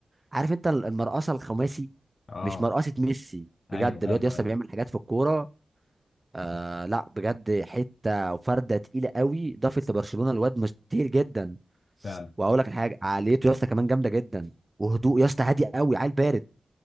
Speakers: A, on the right; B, on the left.
A: عارف انت المرقصه الخماسي
B: اه
A: مش مرقصه ميسي
B: ايوه
A: بجد الواد
B: ايوه
A: يا اسطى
B: ايوه
A: بيعمل حاجات في الكوره آه لا بجد حته وفرده تقيله قوي ضافت لبرشلونه الواد مش كتير جدا
B: فعلا
A: واقول لك حاجه عقليته يا اسطى كمان جامده جدا وهدوء يا اسطى هادي قوي عيل بارد